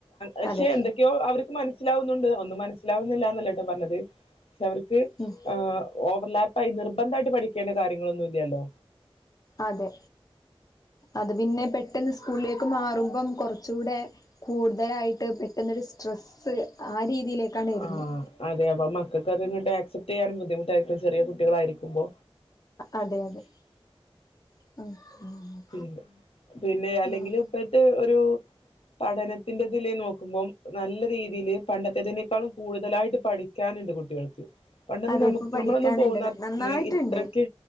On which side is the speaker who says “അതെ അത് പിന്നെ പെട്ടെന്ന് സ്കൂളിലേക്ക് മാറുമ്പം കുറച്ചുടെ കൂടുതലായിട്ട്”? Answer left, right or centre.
Left